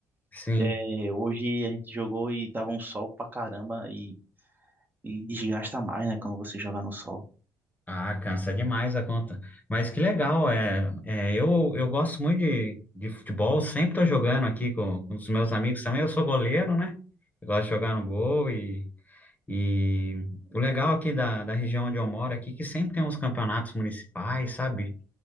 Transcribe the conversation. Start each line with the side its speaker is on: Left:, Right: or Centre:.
Left: sim.
Right: É, hoje a gente jogou e tava um sol pra caramba e, e desgasta mais, né, quando você joga no sol.
Left: Ah, cansa demais a conta. Mas que legal, é, é eu, eu gosto muito de, de futebol, sempre tô jogando aqui com, com os meus amigos também. Eu sou goleiro, né? Eu gosto de jogar no gol e, e o legal aqui da, da região onde eu moro é aqui, que sempre tem uns campeonatos municipais, sabe?